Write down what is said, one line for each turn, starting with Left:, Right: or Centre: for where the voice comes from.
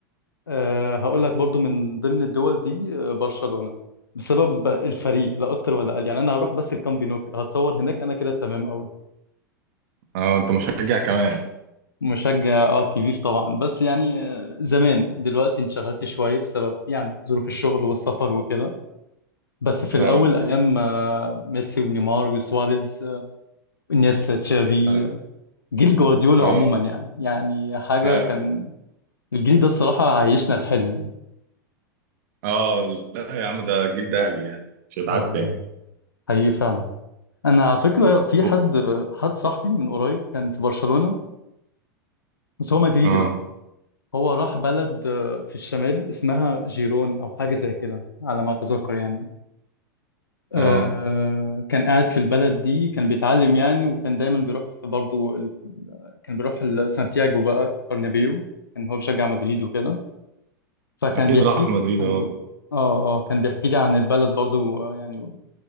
Left: آه، هقول لك برضو من ضمن الدول دي آه، برشلونة بسبب الفريق لا اكتر ولا اقل يعني انا هروح بس الكامب نو كده هتصور هناك انا كده تمام قوي
Right: اه انت مشجع كمان
Left: مشجع اه كبير طبعا بس يعني آه، زمان دلوقتي انشغلت شوية بسبب يعني ظروف الشغل والسفر وكده بس في الأول
Right: اه
Left: أيام آه، ميسي ونيمار وسواريز آه، انيستا تشافي
Right: آه.
Left: آه، جيل جوارديولا
Right: اه
Left: عموما يعني يعني حاجة
Right: اه
Left: كان الجيل ده الصراحة عيشنا الحلم يعني
Right: اه لا يا عم ده جيل ذهبي يعني مش هيتعاد
Left: اه والله
Right: تاني
Left: حقيقي فعلا أنا على فكرة في
Right: أو-
Left: حد حد صاحبي من قريب كان في برشلونة بس هو مدريدي
Right: اه
Left: بقى هو راح بلد آه، في الشمال اسمها جيرون أو حاجة زي كده على ما أتذكر يعني آه،
Right: اه
Left: كان قاعد في البلد دي كان بيتعلم يعني وكان دايما بيروح برضو ال- كان بيروح ال- سانتياغو بقى برنابيو كان هو بيشجع مدريد وكده فكان
Right: اكيد
Left: بيحكي
Right: راح
Left: لي
Right: مدريد
Left: برضو
Right: اه
Left: اه اه كان بيحكي لي عن البلد برضو آه، يعني